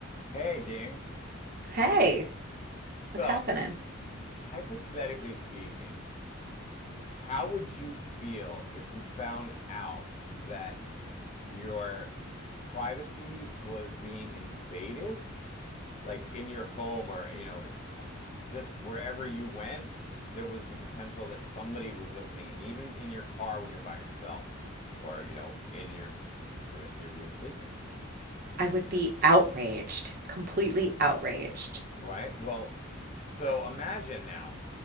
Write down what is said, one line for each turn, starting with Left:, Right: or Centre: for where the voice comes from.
Left: Hey, Dean.
Right: Hey,
Left: So,
Right: what's happening?
Left: hypothetically speaking, how would you feel if you found out that your privacy was being invaded, like in your home or, you know, just wherever you went, there was the potential that somebody was listening, and even in your car when you're by yourself or, you know, in your your room sleeping,
Right: I would be outraged, completely outraged.
Left: right? Well, so imagine now